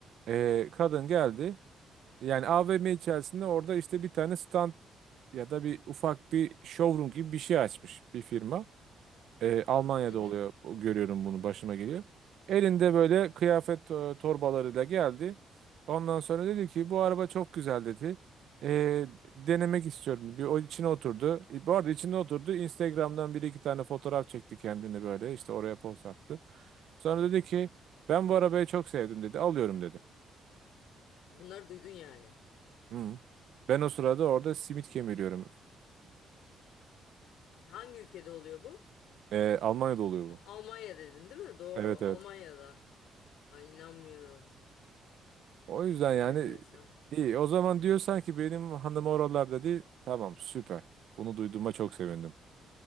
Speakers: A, on the right (about 70°); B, on the left (about 85°).
A: E, kadın geldi. Yani AVM içerisinde orada işte bir tane stand ya da bir ufak bir showroom gibi bir şey açmış bir firma. E, Almanya'da
B: Hı hı.
A: oluyor. Bu- Görüyorum bunu başıma geliyor. Elinde böyle kıyafet e, torbalarıyla geldi. Ondan sonra dedi ki bu araba çok güzel dedi. E, denemek istiyorum. Bir o içine oturdu. E, bu arada içine oturdu. Instagram'dan bir iki tane fotoğraf çekti kendini böyle. İşte oraya post attı. Sonra dedi ki ben bu arabayı çok sevdim dedi. Alıyorum dedi.
B: Bunları duydun yani.
A: Hı. Ben o sırada orada simit kemiriyorum.
B: Hangi ülkede oluyor bu?
A: E, Almanya'da oluyor bu.
B: A- Almanya dedin değil mi? Doğru.
A: Evet
B: Almanya'da.
A: evet.
B: Ay inanmıyorum.
A: O yüzden
B: Çok
A: yani
B: enteresan.
A: iyi. O zaman diyorsan ki benim hanım oralarda değil. Tamam süper. Bunu duyduğuma çok sevindim.